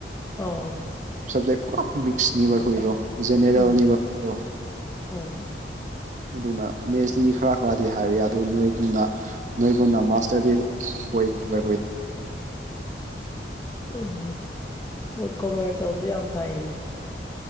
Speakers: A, on the left; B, on the right.
A: ꯑꯧ
B: ꯁꯕꯖꯦꯛ ꯄꯨꯔꯥ ꯃꯤꯛꯁꯅꯤꯕ ꯑꯈꯣꯢꯗꯣ ꯖꯦꯅꯦꯔꯦꯜꯅꯤꯕ
A: ꯎꯝ
B: ꯑꯈꯣꯢꯗꯣ
A: ꯑꯥ ꯑꯥ
B: ꯑꯗꯨꯅ ꯃꯦꯠꯁꯇꯤ ꯈꯔ ꯈꯔꯗꯤ ꯍꯥꯢꯔꯦ ꯑꯗꯨ ꯅꯣꯢꯒꯨꯝꯅ ꯅꯣꯏꯒꯨꯝꯅ ꯃꯥꯁ ꯇꯔꯗꯤ ꯑꯣꯢꯗꯦꯕ ꯑꯩꯈꯣꯢ
A: ꯑꯣꯍ ꯑꯣꯍꯣ <unintelligible> ꯇꯧꯕꯁꯨ ꯌꯥꯝ ꯐꯩꯌꯦꯅꯦ